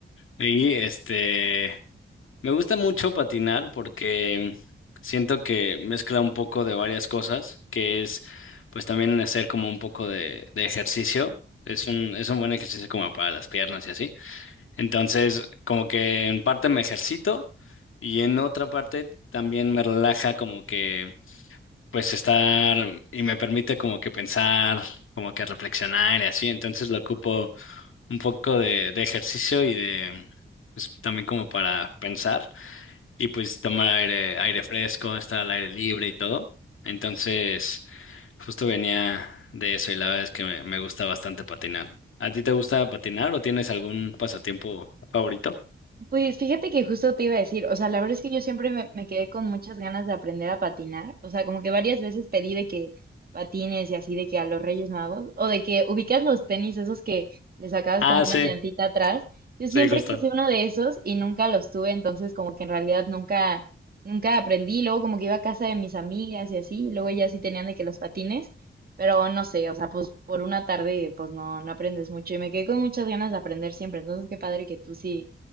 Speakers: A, on the left; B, on the right.
A: Y este, me gusta mucho patinar porque siento que mezcla un poco de varias cosas, que es pues también hacer como un poco de, de ejercicio. Es un, es un buen ejercicio como para las piernas y así. Entonces, como que en parte me ejercito y en otra parte también me relaja como que pues estar y me permite como que pensar, como que reflexionar y así. Entonces lo ocupo un poco de, de ejercicio y de pues también como para pensar y pues tomar aire, aire fresco, estar al aire libre y todo. Entonces, justo venía de eso y la verdad es que me, me gusta bastante patinar. ¿A ti te gusta patinar o tienes algún pasatiempo favorito?
B: Pues fíjate que justo te iba a decir, o sea, la verdad es que yo siempre me, me quedé con muchas ganas de aprender a patinar, o sea, como que varias veces pedí de que patines y así de que a los Reyes Magos, o de que ubicas los tenis esos que le sacabas
A: Ah,
B: como una
A: sí,
B: llantita atrás, yo
A: sí,
B: siempre
A: justo.
B: quise uno de esos y nunca los tuve, entonces como que en realidad nunca, nunca aprendí, luego como que iba a casa de mis amigas y así, y luego ellas sí tenían de que los patines, pero no sé, o sea, pues por una tarde pues no, no aprendes mucho y me quedé con muchas ganas de aprender siempre, entonces qué padre que tú sí